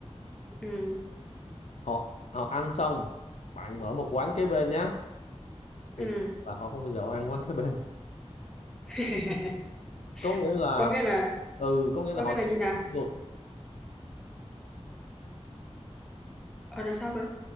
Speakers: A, in the centre; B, on the left.
A: ừ
B: họ họ ăn xong bạn mở một quán kế bên nhé thì
A: ừ
B: thật sự là họ không bao giờ họ ăn quán kế bên
A: <laughs>
B: có nghĩa là
A: có nghĩa là
B: ừ có nghĩa là
A: có
B: họ
A: nghĩa là như
B: chỉ
A: nào
B: được
A: ở là sao cơ